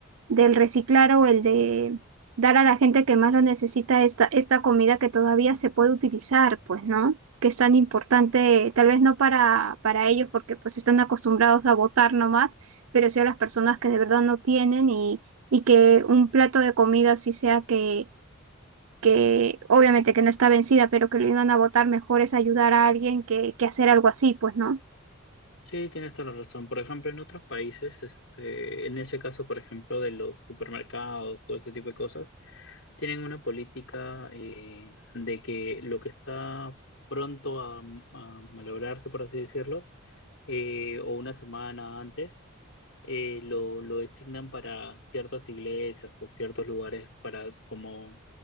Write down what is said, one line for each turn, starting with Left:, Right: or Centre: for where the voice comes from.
Right: del reciclar o el de dar a la gente que más lo necesita esta, esta comida que todavía se puede utilizar, pues, ¿no? Que es tan importante, tal vez no para, para ellos porque pues están acostumbrados a votar nomás, pero sí a las personas que de verdad no tienen y, y que un plato de comida sí sea que que obviamente que no está vencida, pero que lo iban a votar mejor es ayudar a alguien que, que hacer algo así, pues, ¿no?
Left: Sí, tienes toda la razón. Por ejemplo, en otros países, este, en ese caso, por ejemplo, de los supermercados, todo ese tipo de cosas, tienen una política eh, de que lo que está pronto a, a malograrse, por así decirlo, eh, o una semana antes, eh, lo, lo designan para ciertas iglesias o ciertos lugares para como